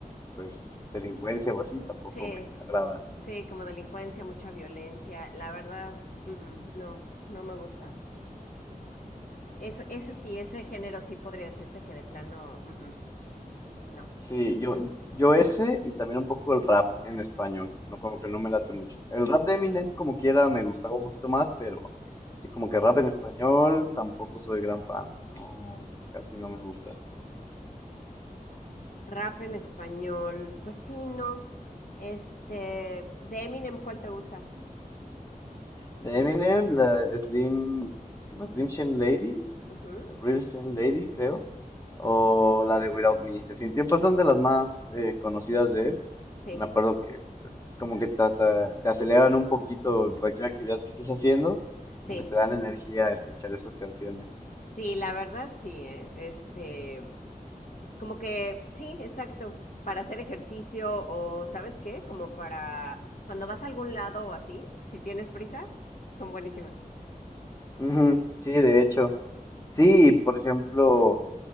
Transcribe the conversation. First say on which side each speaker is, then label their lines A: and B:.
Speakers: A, on the left; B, on the left.
A: pues, delincuencia o así, tampoco
B: Sí,
A: me agrada.
B: sí, como delincuencia, mucha violencia. La verdad, mm-mm, no, no me gusta. Eso, ese sí, ese género sí podría decirte que de plano, mm-mm, no.
A: Sí, yo, yo ese y también un poco el rap en español, no como que no me late mucho. El rap de Eminem como quiera me gustaba un poquito más, pero sí como que rap en español tampoco soy gran fan, no, casi no me gusta.
B: Rap en español, pues sí, no. Este, de Eminem, ¿cuál te gusta?
A: De Eminem, la Slim, ¿qué más? Slim Shady Lady,
B: Ujú.
A: Real Shame Lady, creo, o la de Without Me. Definitivamente pues, son de las más eh, conocidas de él.
B: Sí,
A: Me acuerdo que pues, como que te, te- te aceleran un poquito cualquier actividad que estés haciendo,
B: sí,
A: como que te dan energía a escuchar esas canciones.
B: sí, la verdad sí, ¿eh? Este, es como que, sí, exacto, para hacer ejercicio o, ¿sabes qué? Como para cuando vas a algún lado o así, si tienes prisa, son buenísimas.
A: Ujú, sí, de hecho. Sí, por ejemplo,